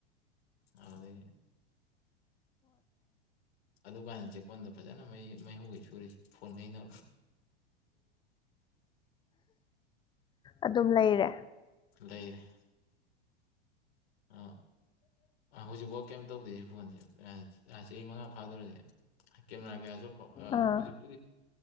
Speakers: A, on the left; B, on the left.
A: ꯑꯗꯤ ꯑꯗꯨꯀꯥꯟꯗ ꯆꯦꯛꯀꯣꯟꯗ ꯐꯖꯅ ꯃꯩ ꯃꯩ ꯍꯧꯧꯧꯕ ꯁꯨꯔꯤꯁ ꯐꯣꯟꯉꯩꯅ
B: ꯑꯗꯨꯝ ꯂꯩꯔꯦ
A: ꯂꯩꯔꯦ ꯑꯥ ꯍꯧꯖꯤꯛꯐꯥꯎ ꯀꯩꯝ ꯇꯧꯗꯦꯔꯤ ꯁꯤ ꯐꯣꯟꯁꯦ ꯆꯍꯤ ꯃꯉꯥ ꯐꯥꯗꯔꯁꯦ ꯀꯦꯝꯅꯥ ꯀꯌꯥꯁꯨ
B: ꯑꯥ
A: ꯍꯧꯖꯤꯛ ꯄꯨ